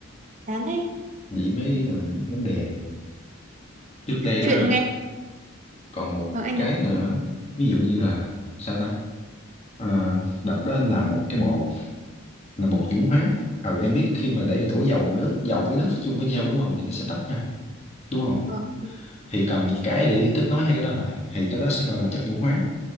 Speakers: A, on the right; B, on the left.
A: chán thế
B: vậy mới là vấn đề trước đây
A: chuyện
B: á
A: nghe
B: còn một
A: vâng anh
B: cái
A: nói
B: nữa ví dụ như là sao ta à, đặt đó anh làm một cái bột là bột nhũ hóa ừ em biết khi mà để đổ dầu vào nước dầu với nước chung với nhau đúng không thì nó sẽ tách ra đúng không
A: vâng
B: thì cần một cái để kết nối hai cái đó lại thì cái đó sẽ gọi là chất nhũ hóa